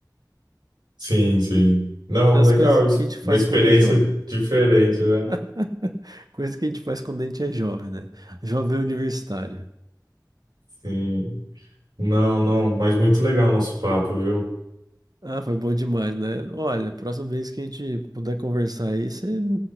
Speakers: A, on the right; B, on the right.
A: Sim, sim. Não,
B: É As
A: legal.
B: coisas
A: isso-
B: que a gente faz
A: Uma experiência
B: quando é jovem.
A: diferente, né?
B: <laughs> Coisas que a gente faz quando a gente é jovem, né? Jovem universitário.
A: Sim. Não, não, mas muito legal o nosso papo, viu?
B: Ah, foi bom demais, né? Olha, próxima vez que a gente puder conversar aí, você